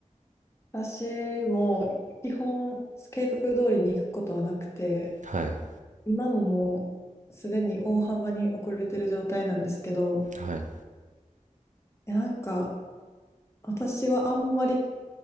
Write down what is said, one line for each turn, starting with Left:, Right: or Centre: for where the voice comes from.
Left: 私も基本計画通りに行くことはなくて、
Right: はい
Left: 今ももうすでに大幅に遅れてる状態なんですけど、
Right: はい
Left: なんか私はあんまり